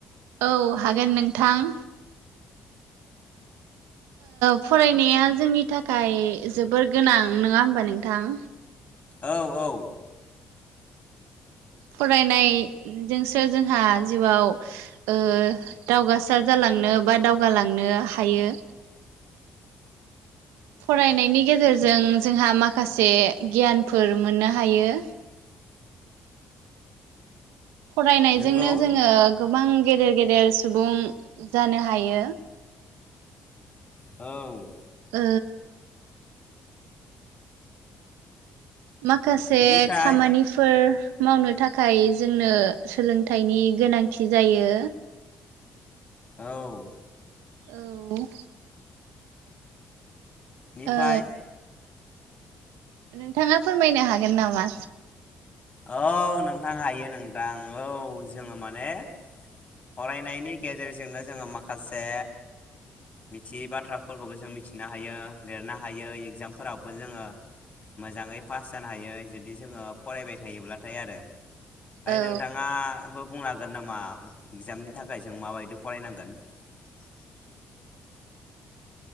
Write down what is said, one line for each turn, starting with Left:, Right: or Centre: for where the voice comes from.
Right: औ हागोन नोंथां। फरायनाया जोंनि थाखाय जोबोर गोनां नङा होमबा नोंथां?
Left: औ औ
Right: फरायनायजोंसो जोंहा जिउआव ओ दावगासार जालांनो बा दावगालांनो हायो।
Left: <inaudible>
Right: फरायनायनि गेजेरजों जोंहा माखासे गियानफोर मोननो हायो।
Left: <inaudible>
Right: फरायनायजोंनो
Left: नंगौ
Right: जोङो गोबां गेदेर गेदेर सुबुं जानो हायो।
Left: औ
Right: ओ माखासे
Left: बेनिफ्राय
Right: खामानिफोर मावनो थाखाय जोंनो सोलोंथाइनि गोनांथि जायो।
Left: औ
Right: औ
Left: निफ्राय
Right: ओ नोंथाङा फोरमायनो हागोन नामा?
Left: औ नोंथां हायो नोंथां औ जोङो माने फरायनायनि गेजेरजोंनो जोङो माखासे मिथियै बाथ्राफोरखौबो जों मिथिनो हायो लिरनो हायो एग्जामफोरावबो जोङो मोजाङै पास जानो हायो जुदि जोङो फरायबाय थायोब्लाथाय आरो ओमफ्राय
Right: औ
Left: नोंथाङा आबो बुंनो हागोन नामा इगजामनि थाखाय जों माबायदि फरायनांगोन। <inaudible>